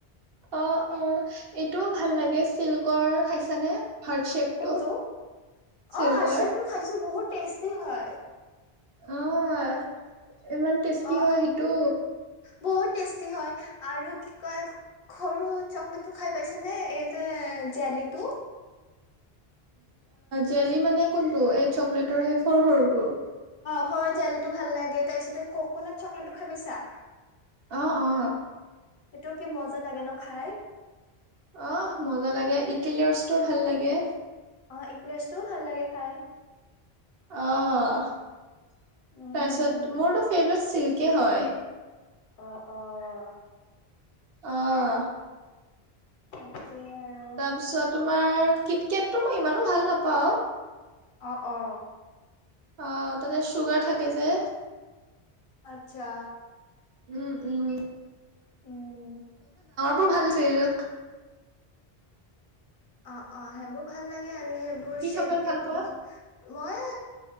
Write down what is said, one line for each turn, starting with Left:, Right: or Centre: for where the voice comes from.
Right: অ অ এইটোও ভাল লাগে চিল্কৰ খাইছানে। হাৰ্ট শ্বেপটো
Left: কোনটো
Right: চিল্কৰ
Left: অ হটশেপটো খাইছো বহুত টেষ্টি হয়।
Right: অৱ ইমান টেষ্টি
Left: অ
Right: হয় সেইটো।
Left: বহুত টেষ্টি হয় আৰু কি কয় সৰু চকলেটটো খাই পাইছানে এই যে জেলিটো।
Right: জেলি মানে কোনটো এই চকলেটৰ সেই সৰু সৰুটো।
Left: ঘৰৰ জেলিটো ভাল লাগে তাৰ পিছতে ককনাট চকলেটো খাই পাইছা।
Right: অৱ অৱ
Left: সেইটো কি মজা লাগে ন খাই।
Right: অ মজা লাগে ইকিলৰ্ছটো ভাল লাগে।
Left: অ ইকিলৰ্ছটোও ভাল লাগে খাই।
Right: অ তাৰপিছত
Left: উম
Right: মোৰতো ফেভাৰট চিল্ক কি হয়
Left: অহ অহ
Right: অহ
Left: তাকে আৰু।
Right: তাৰপিছত তোমাৰ কিতকেটো মই ইমানো ভাল নাপাওঁ।
Left: অ অ
Right: অ তাতে চুগাৰ থাকে যে।
Left: আচ্ছা।
Right: উম উম
Left: উম
Right: বোৰ ভাল চাগে
Left: অ অ সেইবোৰ ভাল লাগে আৰু সেইবোৰ
Right: কি
Left: চেক
Right: চকলেট
Left: টেক
Right: ভাল পোৱা?
Left: মই